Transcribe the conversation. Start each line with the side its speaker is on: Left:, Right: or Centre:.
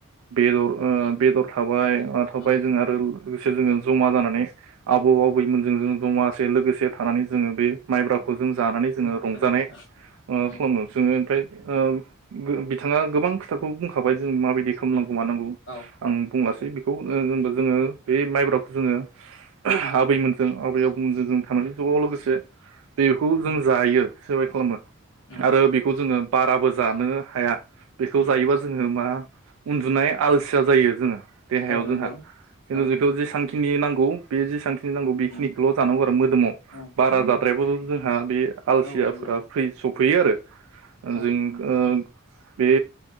Right: बेदर ओ बेदर थाबाय ओ थाबाय
Left: औ
Right: जों आरो लोगोसे जोङो जमा जानानै आबौ आबैमोनजों जों जमासे लोगोसे थानानै जो बे माइब्रा खौ जों जानानै जोङो
Left: औ
Right: रंजानाय
Left: नंगौ नोंथां उम
Right: खालामो जोङो ओमफ्राय ओ बिथाङा गोबां खोथाखौ बुंखाबाय जों माबायदि खालामलांगौ। मानांगौ
Left: औ
Right: आं बुंलास दे बिखौ ओ जेनबा जोङो बे माइब्राखौ जोङो आबैमोन जों आबैयाव जोगोम जोगोम थानायनि जुगाव लोगोसे बे बेखौ
Left: उम
Right: जों जायो सोरबाय खालामो
Left: उम
Right: आरो बेखौ जोङो बाराबो जानो हाया। बेखौ
Left: उम
Right: जायोबा जोङो मा उन्दुनाय आलसिया जायो जोङो देहायाव
Left: औ
Right: जोंहा
Left: नंगौ
Right: जोङो
Left: औ
Right: जिखौ जेसांखि खिनि नांगौ गौ बेयो जेसांखि खिनि नांगौ बेखिनिखौल'
Left: उम
Right: जानांगौ आरो मोदोमाव
Left: औ
Right: बारा जा ट्राइबेल जोंहा बे आलसियाफोरा
Left: औ नंगौ
Right: फ्रि स फुयो आरो
Left: औ
Right: जों ओ बे